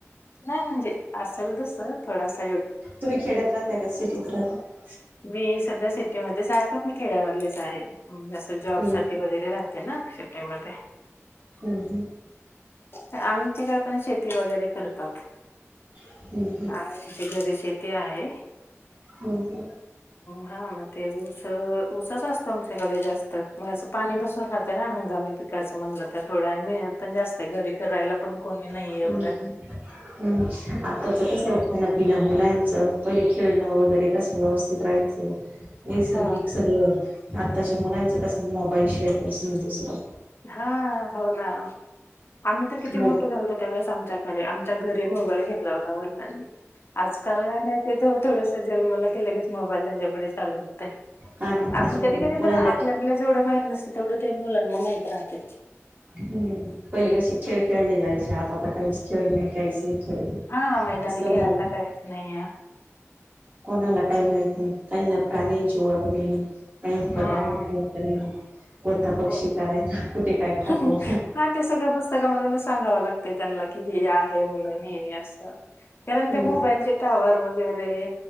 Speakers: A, on the left; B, on the right.
A: नाही म्हणजे असेल तसं थोडसा
B: तुम्ही खेड्यात राहताय काय सिटीत राहाताय
A: मी सध्या सिटीमध्येध्येच आहे पण मी खेड्यामधलेच आहे मी अस जॉब
B: हम्म
A: साठी वगैरे राहते ना, शेटी मध्ये
B: उंहू,
A: आंच्याकडे पण शेती वगैरे करतात
B: हम्म हम्म
A: आईच्या घरी कती आहे
B: हम्म हम्म
A: हा मग ते ऊस ऊसच असत तुमच्याकडे जास्त मग असं पाणी बसून खात ना हंगामी पिकाचं म्हणलं तर थोडा मेहनत पण जास्त आहे हे घरी करायला पण कोणी नाही
B: हम्म
A: एवढं
B: हम्म आताच कस खाणपिणं मुलांच्या परी खेळणं वगैरे घरी बसून व्यवस्थित राहायचं नैसर्गिक
A: हा
B: सगळं आत्ताच्या मुलांचा कस मोबाईल शिवाय काहीच नाही दुसरं
A: हा हो ना आम्ही तर किती
B: मो
A: मोठं झालतो त्यावेळेस आमच्यात अरे आमच्या घरी मोबाईल घेतला होता वडिलांनी आज काय वाय नाही ते थोडस जन्मलकि लगेच मोबाईल त्यांच्या पुड्यात चालू होतय.
B: हा ना
A: आपण
B: त्याच्यामु
A: कधी कधी
B: मुलांना
A: तर आपल्याला जेवढं माहत नसत तेवढं ते मुलांना माहित राहत
B: हम्म पहिले कशी खेळ खेळले जायचे आता काहीच खेळ नाही काहीच नाही खेळते
A: हा मैदानी
B: तसं
A: खेळ
B: मग
A: काहीच नाही आहे
B: कोणाला काही माहिती नाही काहीना प्राण्यांची ओळख नाही. काही चढ
A: हा
B: आहे काहीच नाही कोणता पक्षी
A: हो
B: काय कुठे काय खातो
A: त्या सगळ्या पुस्तकामधूनच सांगावं लागतं त्यांना की हे आहे म्हणून अस कारण
B: हम्म
A: ते मोबाईलचे टावर वर उबर रे